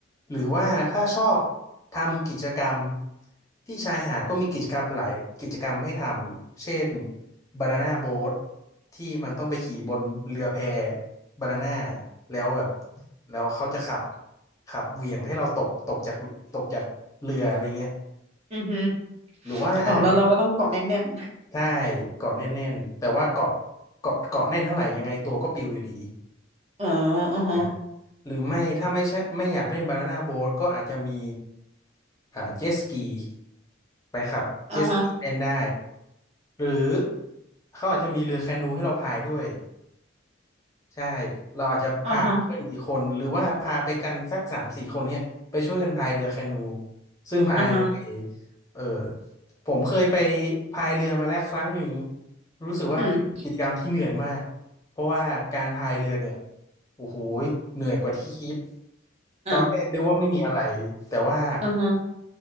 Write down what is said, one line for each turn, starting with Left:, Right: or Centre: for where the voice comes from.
Left: หรือว่าถ้าชอบทำกิจกรรมที่ชายหาดก็มีกิจกรรมหลายกิจกรรมให้ทำเช่นบานาน่าโบ๊ทที่มันต้องไปขี่บนเรือแพบานาน่าแล้วแบบแล้วเขาจะขับ ครับเหวี่ยงให้เราตกตกจากตกจากเรืออะไรเงี้ย
Right: อือฮึ
Left: หรือว่าอาจจะเป็น
Right: อ๋อแล้วเราก็ต้องเกาะแน่น
Left: ใช่เกาะแน่นๆแต่ว่าเกาะเกาะเกาะแน่นเท่าไหร่ยังไงตัวก็ปลิวอยู่ดี
Right: ๆอ๋ออือฮะ
Left: อ่ะหรือไม่ถ้าไม่ใช่ไม่อยากเล่นบานาน่าโบ๊ทก็อาจจะมีอ่าเจ็ตสกีไปครับเจ็ตสกีเล่นได้
Right: อ่าฮะ
Left: หรือเขาอาจจะมีเรือแคนูให้เราพายด้วย ใช่เราอาจจะพาเพื่อนอีกคนหรือว่าพาไปกันสักสามสี่คนเนี่ยไปช่วยกันพายเรือแคนู
Right: อ่าฮะ
Left: ซึ่งพายในทะเล
Right: อ่าฮะ
Left: เออผมเคยไปพายเรือมาแล้วครั้งหนึ่งรู้สึกว่าเป็นกิจกรรมที่เหนื่อยมากเพราะว่าการพายเรือเนี่ย
Right: อืม
Left: โอ้โหเหนื่อยกว่าที่คิด
Right: อ้าว
Left: ตอนแรกนึกว่าไม่มีอะไรแต่ว่า
Right: อ่าฮะ